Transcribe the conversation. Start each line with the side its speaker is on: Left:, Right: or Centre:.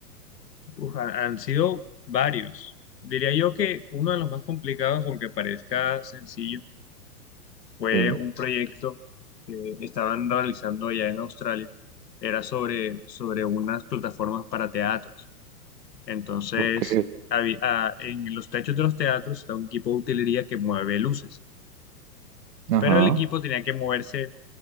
Left: uf, han, han sido varios. Diría yo que uno de los más complicados, aunque parezca sencillo, fue
Right: Sí.
Left: un proyecto que estaban realizando allá en Australia. Era sobre, sobre unas plataformas para teatros. Entonces,
Right: Ok,
Left: había- ah, en los techos de los teatros está un equipo de utilería que mueve luces.
Right: ajá,
Left: Pero el equipo tenía que moverse